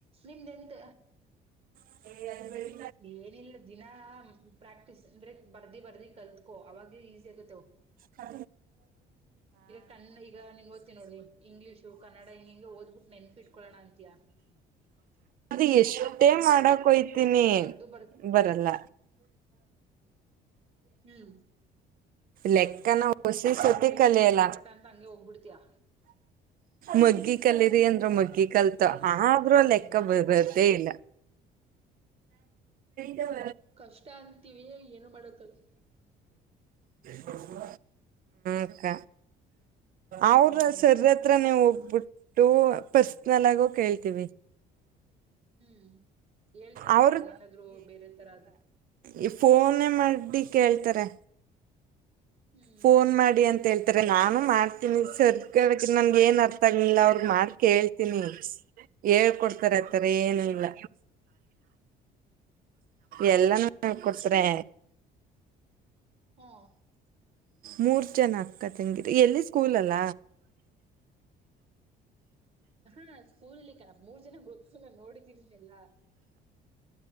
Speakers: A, on the right (about 35°); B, on the right (about 55°).
A: ನಿಮ್ದ ಎಂತ
B: ಹ ಅ
A: ಏನಿಲ್ಲ ದಿನಾ ಪ್ರಾಕ್ಟೀಸ್ ಅಂದ್ರೆ ಬರ್ದಿ ಬರ್ದಿ ಕಲ್ತ್ಕೋ ಅವಾಗ ಈಸಿ ಆಗತೆೇವ
B: ಹ
A: ಕಣ್ಣ ಈಗ ನೀನ್ ಓದ್ತಿ ನೋಡ್ರಿ ಇಂಗ್ಲೀಷು ಕನ್ನಡ ಹಿಂಗ ಹಿಂಗ ಓದ್ಬಿಟ್ಟು ನೆನ್ಪಿಟ್ಕೊಳ್ಳೋಣ ಅಂತಯಾ
B: ಅದು ಎಷ್ಟೇ
A: ಅದಕ್ ಹಂಗಲ್ಲ
B: ಮಾಡಕ್ೋಯ್ತು ತಿನಿ
A: ನೀ ಬರ್ದು
B: ಬರಲ್ಲ
A: ಹೂ
B: ಲೆಕ್ಕನ ಹೊಸಿಸತಿ ಕಲೆಯಲ್ಲ
A: ನಿಂಗೆ ಪಟ ಪಟ ಅಂತ ಹಂಗೆ ಹೋಗ್ಬಿಡ್ತಯಾ
B: ಮಗ್ಗಿ ಕಲೀರಿ ಅಂದ್ರ ಮಗ್ಗಿ ಕಲ್ತ
A: ಅದೇ ಅ
B: ಆದ್ರೂ ಲೆಕ್ಕ
A: ಅದೊಂಚೂರ್
B: ಬರದೇ
A: ಕಷ್ಟ
B: ಇಲ್ಲ ದವ
A: ಕಷ್ಟ ಅಂತೀವಿ ಏನು ಮಾಡಕು ಆಗಲ್ಲ
B: ಹೂ ಅಕ್ಕ ಅವ್ರ
A: ಹ್ಮ್
B: ಸರತ್ರ ನೀವು ಹೋಗ್ಬಿಟ್ಟು ಪರ್ಸ್ನಲ್ ಆಗು ಕೇಳ್ತೀವಿ
A: ಹೂ ಹೇಳ್ತಾರಾ
B: ಅವರು
A: ಏನಾದ್ರು ಬೇರೆ ತರದ್
B: ಈ ಫೋನೇ ಮಾಡಿ ಕೇಳ್ತಾರೆ
A: ಹ್ಮ್
B: ಫೋನ್ ಮಾಡಿ ಅಂತ ಹೇಳ್ತಾರೆ ನಾನು ಮಾಡ್ತೀನಿ ಸರ್ಕಕ ನನ್ ಏನ್ ಅರ್ಥ ತಗಲಿಲ್ಲ ಅವ್ರಗ್ ಮಾಡಿ ಕೇಳ್ತೀನಿ ಹೇಳ್ ಕೊಡ್ತಾರ ಆತಾರ ಏನೂಲ್ಲ ಎಲ್ಲಾನೂ <unintelligible> ಕೊಡ್ಸ್ರೆ.
A: ಎಷ್ಟು ಹಾ
B: ಮೂರ್ ಜನ ಅಕ್ಕ ತಂಗಿರು ಎಲ್ಲಿ ಸ್ಕೂಲಲ್ಲ.
A: ಹಾ ಸ್ಕೂಲಲ್ಲಿ ಕಣ ಮೂರ್ ಜನ ಗೊತ್ತು ನಾ ನೋಡಿದೀನಿ ಎಲ್ಲ